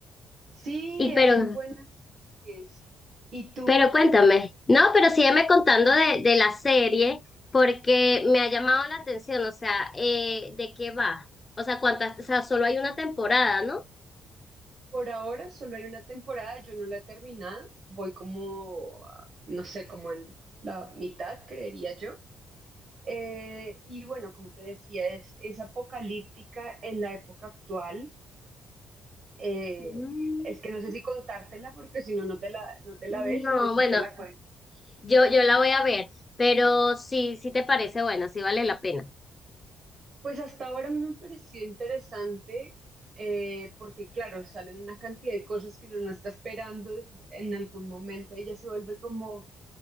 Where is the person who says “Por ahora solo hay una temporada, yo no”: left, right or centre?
Right